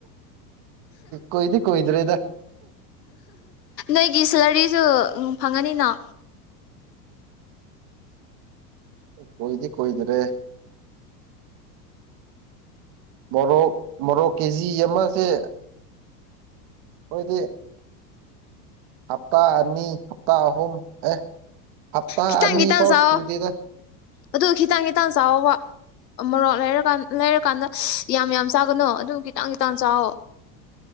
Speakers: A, on the right; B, on the left.
A: ꯀꯣꯏꯗꯤ ꯀꯨꯏꯗꯔꯤꯗ
B: ꯅꯣꯏꯒꯤ ꯁꯦꯂꯔꯤꯁꯨ ꯐꯪꯉꯅꯤꯅꯣ
A: ꯀꯨꯏꯗꯤ ꯀꯣꯏꯗ꯭ꯔꯦ ꯃꯔꯣꯛ ꯃꯔꯣꯛ ꯀꯦꯖꯤ ꯑꯃꯁꯦ ꯍꯣꯏꯗꯤ ꯍꯞꯇꯥ ꯑꯅꯤ ꯍꯞꯇꯥ ꯑꯍꯨꯝ ꯑꯦ ꯍꯞꯇꯥ
B: ꯈꯤꯇꯪ
A: ꯑꯅꯤꯐꯥꯎ
B: ꯈꯤꯇꯪ ꯆꯥꯎꯋꯣ
A: ꯁꯨꯗꯦꯔꯦ
B: ꯑꯗꯨ ꯈꯤꯇꯪꯒꯤ ꯇꯥꯡ ꯆꯥꯎꯕ ꯑꯃꯔꯣ ꯂꯩꯔꯀꯥꯟ ꯂꯩꯔꯀꯥꯟꯗ ꯌꯥꯝ ꯌꯥꯝ ꯆꯥꯒꯅꯣ ꯑꯗꯨꯝ ꯈꯤꯇꯪ ꯈꯤꯇꯪ ꯆꯑꯣ